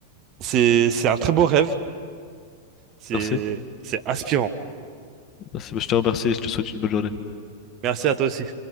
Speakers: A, on the right (about 40°); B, on the left (about 35°).
A: c'est c'est un très beau rêve. C'est
B: Merci.
A: c'est inspirant.
B: Merci. Bah, Je te remercie et je te souhaite une bonne journée.
A: Merci à toi aussi.